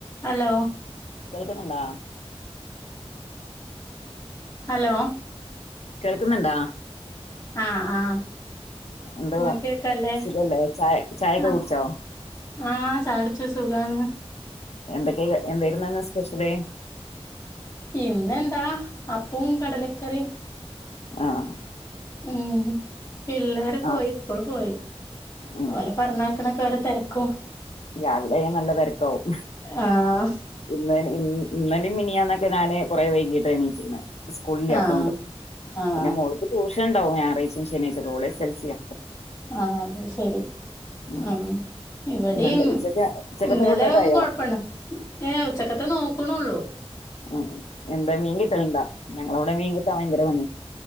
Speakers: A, on the left; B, on the left.
A: ഹലോ
B: കേൾക്കുന്നുണ്ടോ?
A: ഹലോ
B: കേൾക്കുന്നുണ്ടോ?
A: ആഹ് ആഹ്
B: എന്തുവാ
A: ഇങ്ങക്ക് കേക്കല്ലേ
B: സുഖല്ലേ ഛായൊക്കെ
A: ആഹ്
B: കുടിച്ചോ?
A: ആഹ് ഛായുടിച്ചു സുഖാണ്
B: എന്തൊക്കെയ എന്തായിരുന്നിന്ന് സ്പെഷ്യല്
A: ഇന്നെന്താ അപ്പും കടലക്കറി
B: ആഹ്
A: ഉം പിള്ളേര് പോയി
B: ആ
A: സ്കൂൾ പോയി
B: ഉം
A: ഓലെ പറഞ്ഞ ക്ക്ണൊക്കെ ഓരോ തിരക്കും
B: രാവിലെ ഞാൻ നല്ല തെരക്കാവും
A: ആഹ്
B: ഇന്ന ഇന്നലേം മിനിയാന്നൊക്കെ ഞാന് കൊറെേ വൈകീട്ട എണീച്ച്ക്കണെ സ്കൂളിളില്ല്യാത്തോണ്ട്
A: ആഹ് ആഹ്
B: പിന്നെ മോള്‌ക്ക് ട്യൂഷൻ ഉണ്ടാവും ഞായറാഴ്ച ശനിയാഴ്ച ഒക്കെ ഓള് എസ് എൽസിയാ
A: ആഹ് അത് ശരി
B: ഉം
A: ആഹ് ഇവടിം
B: ഇന്നെന്താ ഉച്ചക്ക് ഉച്ചക്കത്തെ
A: ഇന്നലെ
B: ഫുഡൊക്കെ
A: ഒന്നും
B: ആയോ
A: കൊഴപ്പണ്ടാ ഏ ഉച്ചക്കത്തെ നോക്ക്ണൊള്ളൂ
B: ആഹ് എന്താ മീൻ കിട്ടല്ണ്ടാ ഞങ്ങളവടെ മീൻ കിട്ടാ ഭയങ്കര പണിയ